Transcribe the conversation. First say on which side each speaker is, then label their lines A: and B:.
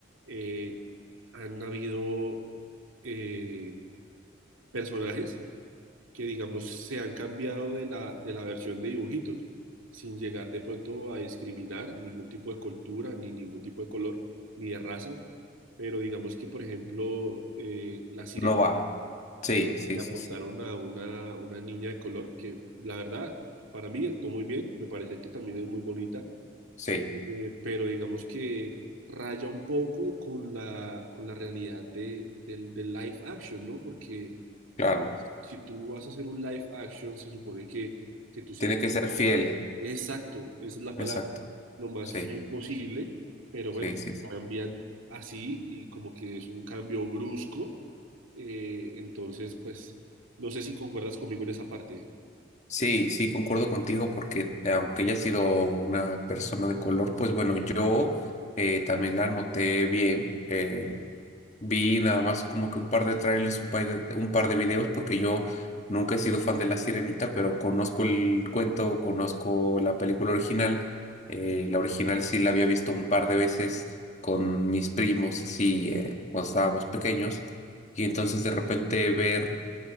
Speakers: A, on the right; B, on the left.
A: eh, han habido eh, personajes que, digamos, se han cambiado de la, de la versión de dibujitos, sin llegar de pronto a discriminar ningún tipo de cultura, ni ningún tipo de color, ni de raza. Pero digamos que, por ejemplo, eh, la sirenita
B: No va. Sí,
A: que
B: sí,
A: le
B: sí,
A: apostaron
B: sí.
A: a una, una niña de color, que la verdad, para mí actuó muy bien, me parece que también es muy bonita
B: Sí,
A: eh, pero digamos que raya un poco con la, con la realidad de, del, del live action, ¿no? Porque si
B: claro.
A: tú, si tú vas a hacer un live action, se supone que, que tú seas
B: Tiene
A: como
B: que ser
A: lo
B: fiel.
A: más, exacto, esa es la palabra,
B: Exacto.
A: lo más
B: Sí,
A: fiel posible, pero
B: sí,
A: bueno,
B: sí, sí.
A: cambian así y como que es un cambio brusco, eh, entonces pues no sé si concuerdas conmigo en esa parte.
B: Sí, sí, concuerdo contigo porque eh, aunque ella ha sido una persona de color, pues bueno, yo eh, también la noté bien. eh, Vi nada más como que un par de trailers, un par de, un par de videos, porque yo nunca he sido fan de La Sirenita, pero conozco el cuento, conozco la película original. Eh, la original sí la había visto un par de veces con mis primos, así, eh, cuando estábamos pequeños. Y entonces de repente ver